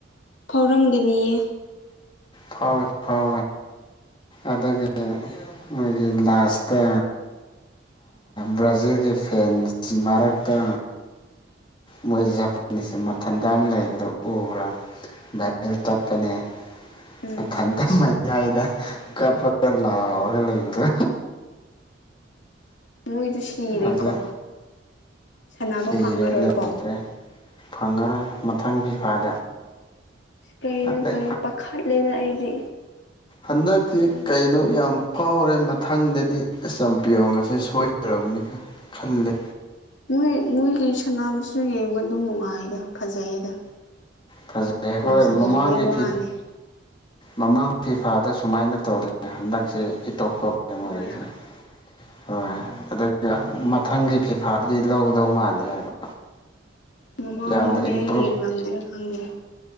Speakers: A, on the left; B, on the left.
A: ꯐꯥꯎꯔꯝꯒꯅꯤꯌꯦ
B: ꯊꯥꯎ ꯊꯥꯎ ꯑꯗꯒꯤ ꯃꯣꯏꯒꯤ ꯂꯥꯁꯇ
A: ꯎ
B: ꯕ꯭ꯔꯥꯖꯤꯜꯒꯤ ꯐꯦꯟ ꯃꯔꯛꯇ ꯃꯣꯏ ꯖꯄꯥꯟꯁꯦ ꯃꯊꯟꯇ ꯑꯃ ꯂꯩꯕꯗ ꯎꯕ꯭ꯔꯥ ꯚꯦꯜ ꯆꯠꯄꯅꯦ
A: ꯎꯝ
B: ꯃꯊꯟꯇ ꯃꯌꯥꯏꯗ ꯀꯄꯂꯔꯒꯂ ꯏꯗ꯭ꯔ
A: ꯃꯏ ꯇꯨ ꯁꯤꯔꯦꯀꯣ
B: ꯑꯗ
A: ꯁꯥꯟꯅꯕ
B: ꯁꯤꯔꯦ
A: ꯐꯪꯉꯔꯣꯏꯀꯣ
B: ꯂꯩꯇ꯭ꯔꯦ ꯐꯪꯉꯔꯣꯏ ꯃꯊꯪ ꯐꯤꯐꯥꯗ
A: ꯀꯩꯅꯣ
B: ꯑꯗꯩ
A: ꯀꯣ ꯄꯥꯈꯥꯠꯂꯗ ꯑꯩꯗꯤ
B: ꯍꯟꯗꯛꯁꯤ
A: ꯑꯩꯅ
B: ꯀꯩꯅꯣ
A: ꯁꯞꯄꯣꯔꯠ ꯇꯧꯕ
B: ꯌꯥꯝ ꯐꯥꯎꯔꯦ ꯃꯊꯪꯗꯗꯤ ꯆꯝꯄꯤꯌꯣꯟꯒꯁꯦ ꯁꯣꯏꯗꯔꯕꯅꯤꯒ ꯈꯜꯂꯦ
A: ꯃꯣꯏ ꯃꯣꯏꯒꯤ ꯁꯥꯟꯁꯤꯁꯨ ꯌꯦꯡꯕ ꯑꯗꯨꯝ ꯅꯨꯡꯉꯥꯏꯗ ꯐꯖꯩꯗ
B: ꯐꯖꯩꯦ
A: ꯒꯣꯜ
B: ꯍꯣꯏ
A: ꯆꯪꯗꯕꯩ
B: ꯃꯃꯥꯡꯒꯤ
A: ꯋꯥꯅꯤ
B: ꯐꯤ ꯃꯃꯥꯡ ꯐꯤ ꯑꯐꯥꯗ ꯁꯨꯃꯥꯏꯅ ꯇꯧꯔꯤ ꯍꯟꯗꯛꯁꯦ ꯏꯇꯣꯞ ꯄ꯭ꯔꯣꯕ꯭ꯂꯦꯝ
A: ꯃꯣꯏꯔꯥ
B: ꯑꯣꯏꯔꯤꯁꯦ ꯍꯣꯏ ꯑꯗꯨ ꯃꯊꯪꯒꯤ ꯐꯤꯐꯥꯗꯤ ꯂꯧꯒꯗꯧ ꯃꯥꯂꯦ ꯍꯥꯏꯕ
A: ꯃꯃꯥꯡꯗꯨꯗꯤ
B: ꯌꯥꯝꯅ ꯏꯝꯄ꯭ꯔꯨꯞ
A: ꯑꯩ ꯌꯦꯡ ꯉꯝꯗꯦꯅ ꯈꯪꯗ꯭ꯔꯦ